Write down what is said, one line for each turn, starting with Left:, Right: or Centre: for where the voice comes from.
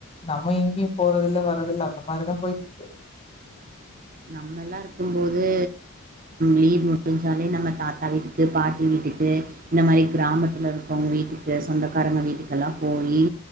Left: நம்ம எங்கேயும் போறத இல்ல வராது இல்ல அந்த மாதிரிதான் போயிட்டு இருக்கு
Right: நம்மல்லாம் இருக்கும்போது லீவ் முடிஞ்சாலே நம்ம தாத்தா வீட்டுக்கு பாட்டி வீட்டுக்கு இந்த மாதிரி கிராமத்ல இருக்கவங்க வீட்டுக்கு சொந்தக்காரங்க வீட்டுக்கெல்லாம் போயி